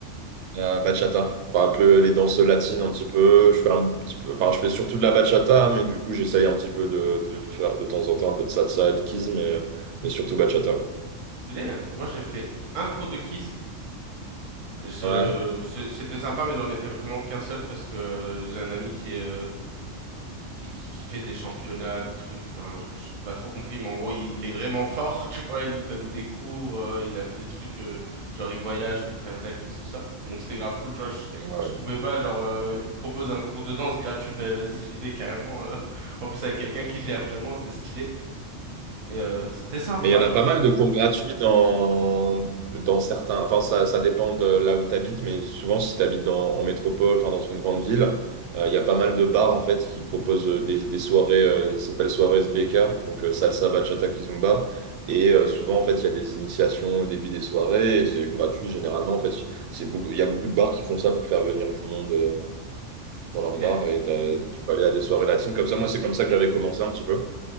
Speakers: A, on the right; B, on the right.
A: la bachata. Enfin, un peu les danses latines, un petit peu. Je fais un petit peu, enfin, je fais surtout de la bachata, mais du coup, j'essaye un petit peu de, de faire de temps en temps un peu de salsa et de kizomba, mais, mais surtout bachata.
B: Stylé. hein. Moi, j'ai fait un cours de keys. Je,
A: Ouais,
B: c'est- c'était sympa, mais j'en ai fait vraiment qu'un seul parce que euh, j'ai un ami qui est euh, qui, qui, qui fait des championnats, des trucs, enfin, je, j'ai pas trop compris, mais en gros, il est vraiment fort, <laughs> tu vois, il donne des cours, euh, il a fait des trucs, euh, genre, il voyage pour faire de la kiss, tout ça. Donc, c'était grave cool, tu vois, je,
A: ouais.
B: je pouvais pas, genre, euh, il me propose un cours de danse gratuit, ben, vas-y, j'y vais carrément, euh, <laughs> en plus, avec quelqu'un qui gère vraiment, c'est stylé. Et, euh, c'était sympa,
A: Mais il y en a
B: genre,
A: pas mal de cours gratuits dans, dans certains. Enfin, ça, ça dépend de là où tu habites, mais souvent, si tu habites dans, en métropole, enfin, dans une grande ville, euh, il y a pas mal de bars en fait qui proposent euh, des, des soirées, euh, ça s'appelle soirée SBK, donc euh, salsa, bachata, kizomba. Et euh, souvent, en fait, il y a des initiations au début des soirées et c'est gratuit généralement. En fait, c'est beaucoup, il y a beaucoup de bars qui font ça pour faire venir du monde euh,
B: stylé,
A: dans leur bar et t'as- tu peux aller à des soirées latines comme ça. Moi, c'est comme ça que j'avais commencé un petit peu.